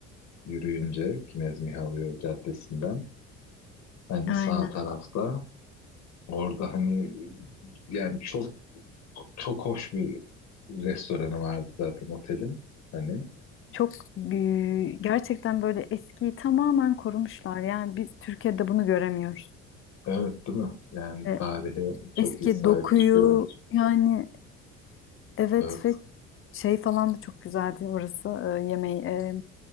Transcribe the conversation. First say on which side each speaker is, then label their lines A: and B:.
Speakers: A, on the left; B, on the left.
A: yürüyünce Knez Mihailo Caddesi'nden hani
B: Aynen.
A: sağ tarafta orada hani yani çok çok hoş bir restoranı vardı zaten otelin. Hani
B: Çok e, gerçekten böyle eskiyi tamamen korumuşlar. Yani biz Türkiye'de bunu göremiyoruz.
A: Evet değil mi? Yani
B: E,
A: tarihe çok
B: eski
A: iyi sahip
B: dokuyu
A: çıkıyorlar.
B: yani evet
A: Evet.
B: ve şey falan da çok güzeldi orası e, yemeği e,